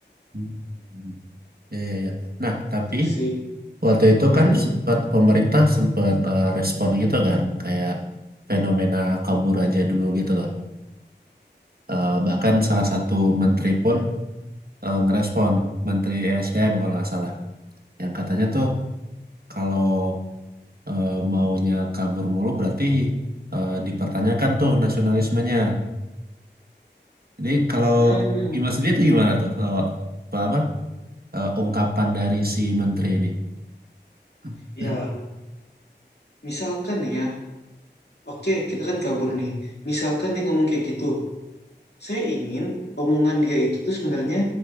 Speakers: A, on the right (about 55°); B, on the left (about 65°).
A: Hmm. Iya, iya, iya. Nah,
B: Itu
A: tapi
B: sih.
A: waktu itu
B: Hmm?
A: kan sempat pemerintah sempat eh, respon gitu kan, kayak fenomena kabur aja dulu gitu loh. Eh, bahkan salah satu menteri pun eh, ngerespon, Menteri SDM kalau nggak salah, yang katanya tuh kalau eh, maunya kabur mulu berarti eh, dipertanyakan tuh nasionalismenya. Jadi kalau
B: Hmm.
A: bagi Mas dia tuh gimana tuh eh, apa, apa eh, ungkapan dari si menteri ini? <clears throat>
B: Ya, misalkan nih ya. Oke, kita kan kabur nih. Misalkan dia ngomong kayak gitu. Saya ingin omongan dia itu tuh sebenarnya